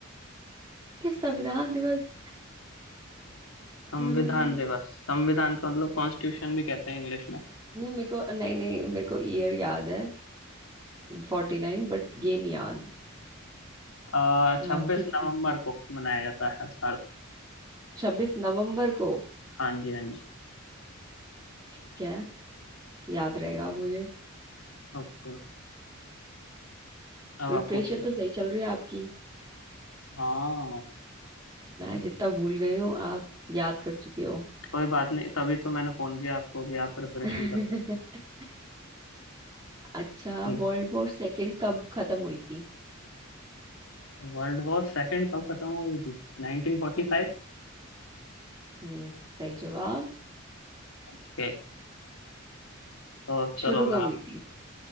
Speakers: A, on the right; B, on the left.
A: क्या संविधान दिवस
B: संविधान
A: अ, नहीं
B: दिवस संविधान का मतलब कॉन्स्टिट्यूशन भी कहते हैं इंग्लिश में
A: मेरे को नहीं नहीं मेरे को ईयर याद है Forty nine बट ये नहीं याद
B: आ
A: अ,
B: छब्बीस
A: किस
B: नवंबर
A: दिन।
B: को मनाया जाता है हर साल
A: छब्बीस नवंबर को
B: हाँ जी हाँ जी
A: ठीक है याद रहेगा मुझे
B: ओके अब
A: प्रिपरेशन
B: आप पूछिए
A: तो सही चल रही है आपकी
B: हाँ
A: मैं
B: ऐस-
A: जितना भूल गई हूँ आप याद कर चुके हो
B: कोई बात नहीं तभी तो मैंने फोन किया आपको भी आप प्रिपरेशन
A: <laughs>
B: कर
A: अच्छा
B: ठीक
A: वर्ल्ड वॉर सेकेंड कब खत्म हुई थी
B: वर्ल्ड वॉर सेकंड कब खत्म हुई थी 1945
A: हम्म हम्म सही जवाब
B: ओके तो चलो
A: शुरू
B: मैं
A: कब
B: आप
A: हुई थी